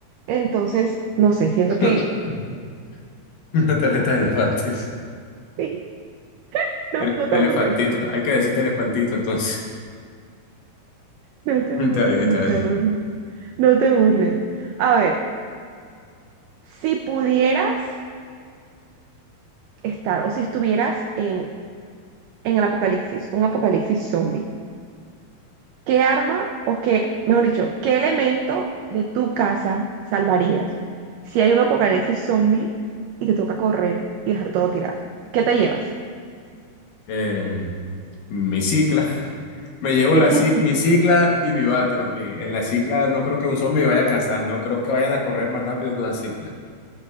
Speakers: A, on the right; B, on the left.
A: Entonces, no sé, siento
B: <laughs>
A: que...
B: Una tarjeta de elefantes.
A: Sí, no,
B: El,
A: no te
B: elefantito,
A: burles.
B: hay que decirte elefantito entonces.
A: No
B: <laughs>
A: te burles,
B: Está bien, está
A: no te
B: bien.
A: burles. No te burles. A ver. Si pudieras estar o si estuvieras en, en el apocalipsis, un apocalipsis zombie, ¿qué arma o qué, mejor dicho, qué elemento de tu casa salvarías si hay un apocalipsis zombie y te toca correr y dejar todo tirado? ¿Qué te llevas?
B: Em, mi cicla. <laughs> Me llevo
A: <laughs>
B: la, ci- mi cicla y mi bate, porque en la cicla no creo que un zombie me vaya a alcanzar, no creo que vayan a correr más rápido que una cicla.